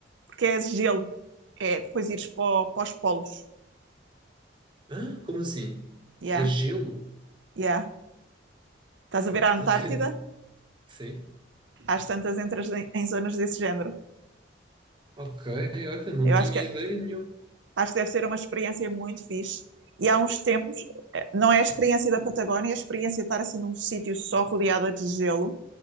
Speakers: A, on the right (about 75°); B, on the right (about 25°).
A: porque é gelo, é depois ires para, para os polos.
B: Hã? Como assim?
A: Yeah,
B: É gelo?
A: yeah. Estás a ver a Antártida?
B: Ok. <laughs> Sim.
A: Às tantas entras em, em zonas desse género.
B: Ok, olha, não
A: Eu
B: tinha
A: acho que,
B: ideia nenhuma.
A: acho que deve ser uma experiência muito fixe. E há uns tempos, eh, não é a experiência da Patagónia, é a experiência de estar assim num sítio só rodeada de gelo.